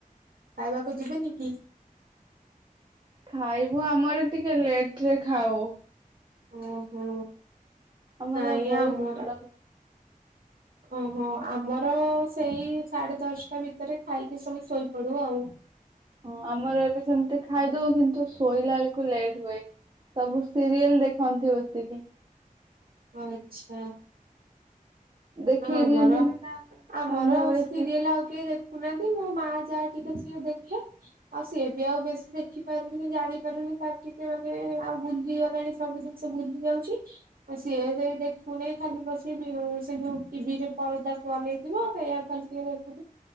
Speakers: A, on the right; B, on the right.
A: ଖାଇବାକୁ ଯିବେନି କି?
B: ଖାଇବୁ ଆମର ଟିକେ ଲେଟ୍ ରେ ଖାଉ।
A: ଓହୋ
B: ଆମର
A: ନାଇଁ
B: ବହୁତ
A: ଆମର
B: ବଡ
A: ଓହୋ ଆମର ସେଇ ସାଢେ ଦଶଟା ଭିତରେ ଖାଇକି ସବୁ ଶୋଇପଡୁ ଆଉ।
B: ହଁ ଆମର ଏବେ ସେମିତି ଖାଇଦୋଉ କିନ୍ତୁ ଶୋଇଲା ବେଳକୁୁ ଲେଟ୍ ହୁଏ ସବୁ ସିରିଏଲ ଦେଖନ୍ତି ବସିକି।
A: ଆଚ୍ଛା।
B: ଦେଖେଇ
A: ଆମର
B: ଦିଅନ୍ତିନି ନା
A: ଆମର
B: ସନ୍ଧ୍ୟାବେଳେ
A: ସିରିଏଲ ଆଉ କିଏ ଦେଖୁ ନାହାଁନ୍ତି ମୋ ମା ଯାହା ଟିକେ ସିଏ ଦେଖେ। ଆଉ ସିଏ ବି ଆଉ ବେଶୀ ଦେଖିପାରୁନି ଜାଣିପାରୁନି ତାର ଟିକେ ମାନେ ଆଉ ଭୁଲିଗଲାଣି। ସବୁ ଜିନିଷ ଭୁଲି ଯାଉଛି ଆଉ ସିଏ ସେ ଦେଖୁନେଇ ଖାଲି ବସିକି ସେ ଯୋଉ ଟିଭିରେ ପରଦାକୁ ଅନେଇଥିବ ସେଇଆକୁ ଖାଲି ଟିକେ ଦେଖୁଥିବ।